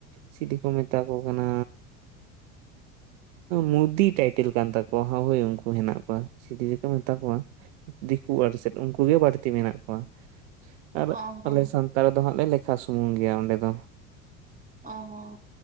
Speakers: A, on the right (about 60°); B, on the right (about 20°).
A: ᱪᱤᱞᱤ ᱠᱚ ᱢᱮᱛᱟ ᱠᱚ ᱠᱟᱱᱟ ᱢᱩᱫᱤ ᱴᱟᱭᱴᱮᱞ ᱠᱟᱱ ᱛᱟᱠᱚᱣᱟ ᱦᱟᱜ, ᱦᱳᱭ ᱩᱱᱠᱩ ᱦᱮᱱᱟᱜ ᱠᱚᱣᱟ ᱪᱤᱞᱤ ᱡᱮ ᱠᱚ ᱢᱮᱛᱟ ᱠᱚᱣᱟ ᱾ ᱫᱤᱠᱩ ᱟᱨ ᱪᱮᱫ ᱩᱱᱠᱩ ᱜᱮ ᱵᱟᱹᱲᱛᱤ ᱢᱮᱱᱟᱜ ᱠᱚᱣᱟ ᱾ ᱟᱨ
B: ᱚ ᱦᱚᱸ
A: ᱟᱞᱮ ᱥᱟᱱᱛᱟᱲ ᱫᱚ ᱦᱟᱸᱜ ᱞᱮᱠᱷᱟ ᱥᱩᱢᱩᱝ ᱜᱮᱭᱟ ᱚᱸᱰᱮ ᱫᱚ ᱾
B: ᱚ ᱦᱚᱸᱻ